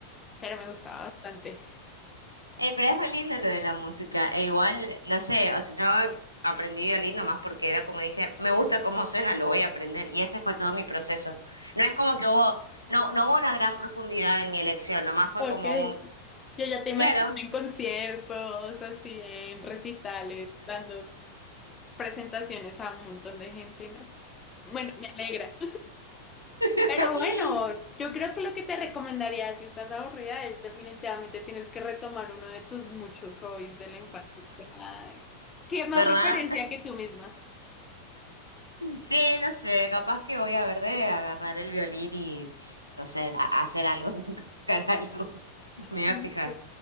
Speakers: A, on the left; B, on the right.
A: pero me gustaba bastante.
B: Eh, pero es re lindo lo de la música. E igual, no sé, o sea, yo aprendí violín nomás porque era como dije, me gusta cómo suena, lo voy a aprender. Y ese fue todo mi proceso. No es como que hubo, no, no hubo una gran profundidad en mi elección, nomás fue
A: Ok.
B: como un,
A: Yo ya te imagino
B: claro,
A: en conciertos, así en recitales, dando presentaciones a un montón de gente, ¿no? Bueno, me alegra.
B: <laughs>
A: Pero bueno, yo creo que lo que te recomendaría si estás aburrida es definitivamente tienes que retomar uno de tus muchos hobbies de la infancia. Ay, ¿Qué más
B: ¿verdad?
A: referencia
B: <laughs>
A: que tú misma?
B: Sí, no sé, capaz que voy a ver de agarrar el violín y, tss, no sé, a- a hacer algo, <laughs> tocar algo. Me voy
A: Listo.
B: a fijar.